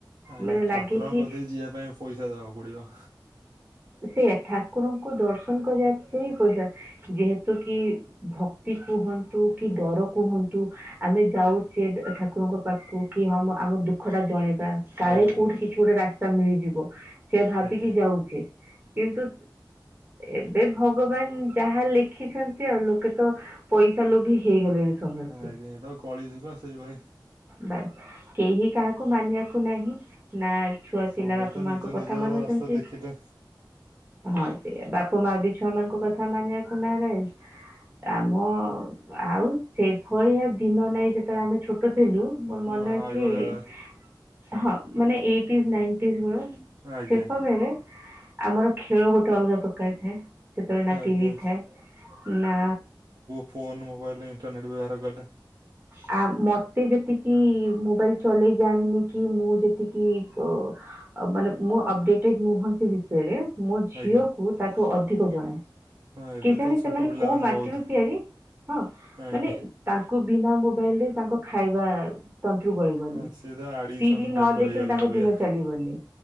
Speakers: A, on the right; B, on the right.
A: ଆଜ୍ଞା
B: ମାନେ
A: ଠାକୁରଙ୍କ
B: ଲାଗେ କି
A: କଥିକୁ ଯିବା ପାଇଁ ପଇସା ଦବାକୁ ପଡିବ।
B: ସେୟା ଠାକୁରଙ୍କୁ ଦର୍ଶନ କରିବା ସେ ପଇସା ଯେହେତୁ କି ଭକ୍ତି କୁହନ୍ତୁ କି ଡର କୁହନ୍ତୁ ହା ଆମେ ଯାଉଛେ ଠାକୁରଙ୍କ ପାଖକୁ କି ହମ ଆମ ଦୁଃଖ ଟା ଜଣେଇବା କାଳେ
A: ଆଜ୍ଞା
B: କୋଉଠି କିଛି ଆ ଗୋଟେ ରାସ୍ତା ମିଳିଯିବ ସେୟା ଭାବିକି
A: ଆଜ୍ଞା
B: ଯାଉଚେ। କିନ୍ତୁ ଏବେ ଭଗବାନ ଯାହା ଲେ ଦେଖିଛନ୍ତି ଆଉ ଲୋକେ ତ ପଇସା ଲୋଭି ହେଇଗଲେଣି। ସମସ୍ତେ
A: ହଁ ଆଜ୍ଞା ଏଇ ତ କଳି ଯୁଗ ସେଇଭଳି
B: ବାସ୍ କେହି କାହାକୁ ମାନିବାକୁ ନାହିଁ। ନା ଛୁଆ
A: ସମସ୍ତେ
B: ପିଲା ବାପା ମାଙ୍କୁ
A: ନିଜ
B: କଥା
A: ନିଜ
B: ମାନୁଛନ୍ତି।
A: ରାସ୍ତା ଦେଖିଲେ
B: ହଁ ସେୟ ବାପା ମା ବି ଛୁଆ ମାନଙ୍କ କଥା ମାନିବାକୁ ନାରାଜ ଆମ ଆଉ ସେଭଳିଆ ଦିନ ନାଇଁ ଯେତେବେଳେ ଆମେ ଛୋଟ ଥିଲୁ। ମୋର
A: ହଁ
B: ମନେ ଅଛି
A: ଆଗ
B: ଇ
A: କାଳ
B: ହଁ ମାନେ ଏଇଟି ନାଇଟି ବେଳେ
A: ଆଜ୍ଞା
B: ଶେଷବେଳେ ଆମର ଖେଳ ଗୋଟେ ଅଲଗା ପ୍ରକାର ଥାଏ ସେତେବେଳେ ନା
A: ଆଜ୍ଞା
B: ଟିଭି ଥାଏ ନା
A: ଫୋନ ମୋବାଇଲ ଇଣ୍ଟରନେଟ ବ୍ଯଵହାର କଲେ।
B: ଆ ମତେ ଯେତିକି ମୋବାଇଲ ଚଲେଇ ଜାଣିନି କି ମୁଁ ଯେତିକି ପ ଆ ମାନେ ମୁଁ ଅପଡେଟେ ମୁଁ ସେ ବିଷୟରେ ମୋ ଝିଅକୁ
A: ଆଜ୍ଞା
B: ତାଠୁ ଅଧିକ ଜଣା।
A: ହଁ ଏବେ
B: କି ଜଣେ
A: ତ ଛୋଟ
B: ସେମାନେ
A: ପିଲାମାନେ
B: କୋଉ ମାଟିରୁ
A: ବହୁତ
B: ତିଆରି ହଁ
A: ଆଜ୍ଞା
B: ମାନେ ତାଙ୍କୁ ବିନା ମୋବାଇଲ ରେ ତାଙ୍କ ଖାଇବା। ତଣ୍ଟିରୁ ଗଳିବନି
A: ହଁ ସିଏ ତ ଆଡ଼ିସନ୍
B: ଟିଭି ନ
A: ଟାଇପ୍ ର
B: ଦେଖିଲେ
A: ହେଇଗଲେ
B: ତାଙ୍କ
A: ଅବିକା
B: ଦିନ ଚାଲିବନି।